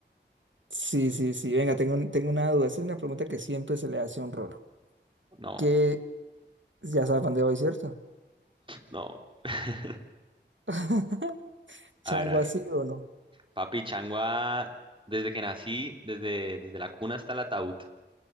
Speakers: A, on the right; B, on the right.
A: sí, sí, sí. Venga, tengo, un- tengo una duda. Esa es una pregunta que siempre se le hace a un rolo.
B: No,
A: Que ya sabe para dónde voy, ¿cierto?
B: no. <laughs>
A: <laughs> ¿Chango
B: A ver, a ver.
A: así o no?
B: Papi Changua, desde que nací, desde, desde la cuna hasta el ataúd.